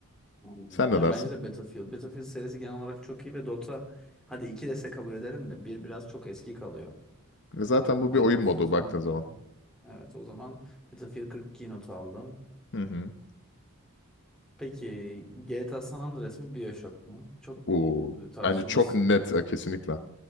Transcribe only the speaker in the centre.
Anladım.
Ya
bence de Battlefield. Battlefield serisi genel olarak çok iyi ve Dota hadi 2 dese kabul ederim de bir biraz çok eski kalıyor.
Ve
oynama
fırsatım
olmadı.
Evet o zaman Battlefield 42 not aldım.
Peki GTA San Andreas mı BioShock mu? Çok
tartışılması